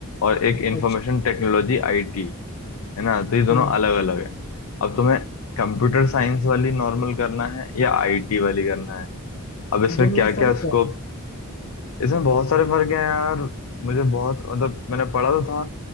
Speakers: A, on the left (about 80°); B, on the left (about 45°).
A: और एक इंफॉर्मेशन
B: अच्छा
A: टेक्नोलॉजी आईटी है ना तो ये
B: हाँ
A: दोनों अलग अलग है अब तुम्हें कंप्यूटर साइंस वाली नॉर्मल करना है या आईटी वाली करना है अब इसमें
B: दोनों
A: क्या
B: में फर्क
A: क्या
B: क्या
A: स्कोप
B: है
A: इसमें बहुत सारे फर्क है यार मुझे बहुत मतलब मैंने पढ़ा तो था